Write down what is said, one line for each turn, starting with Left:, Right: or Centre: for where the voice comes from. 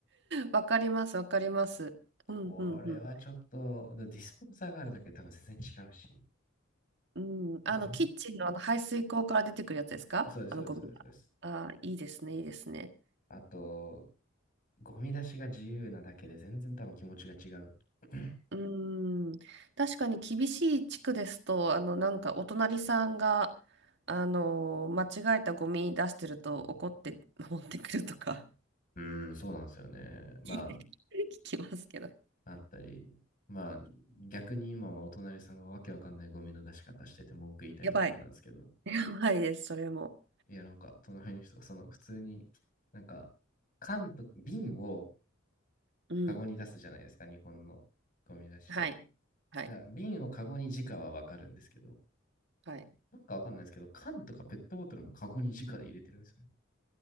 Right: わかります、わかります。うん、
Left: これはちょっと、
Right: うん、うん。
Left: ディスポーザーがあるだけで多分全然違うし、
Right: うん、あの、
Left: ゴミ、
Right: キッチンの、あの排水口から出てくるやつですかあの、
Left: そうです、そうです、
Right: ゴミが。
Left: そうです。そうです
Right: ああ、いいですね、いいですね。
Left: あと、ゴミ出しが自由なだけで全然多分気持ちが違う。<clears throat>
Right: うーん、確かに厳しい地区ですと、あの、なんかお隣さんが、あの、間違えたゴミ出してると怒って <laughs> 持ってくるとか
Left: うーん、そうなんですよね。
Right: <laughs>
Left: ま
Right: 聞きますけど。
Left: あ、あったり、まあ、逆に今はお隣さんがわけわかんないゴミの出し方してて文句言いたいところなんですけど、
Right: やばい。<laughs> やばいです、それも。
Left: いや、なんか、隣の人が、その、普通に、なんか、缶と、瓶を
Right: うん。
Left: カゴに出すじゃないですか、日本のゴミ出しで。
Right: はい。はい。
Left: だから瓶をカゴに直はわかるんですけど、
Right: はい。
Left: なんかわかんないですけど、缶とかペットボトルもカゴに直で入れてるんですよね。